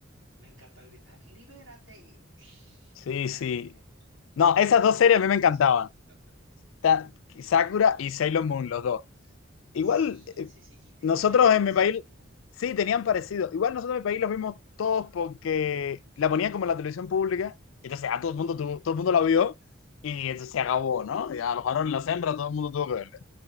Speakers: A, on the right; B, on the left.
A: Me encanta gritar, ¡libérate! Shh,
B: sí,
A: ¡Órale!
B: sí. No,
A: Se-
B: esas
A: se-
B: dos
A: A mí
B: series
A: me encantaba
B: a mí me encantaban.
A: Sakura Card Captor.
B: Ta-
A: Sí.
B: Sakura y
A: Sa-
B: Sailor Moon, los dos. Igual,
A: Sí,
B: eh,
A: sí, sí. Y,
B: nosotros
A: y tenían un parecido,
B: en mi país,
A: ¿no?
B: sí, tenían parecido. Igual nosotros en mi país los vimos todos porque la ponían como en la televisión pública. Entonces a todo el mundo, tuvo-
A: Sí.
B: todo el mundo la vio y entonces se acabó, ¿no? Y a los varones, las hembras, todo el mundo tuvo que verla.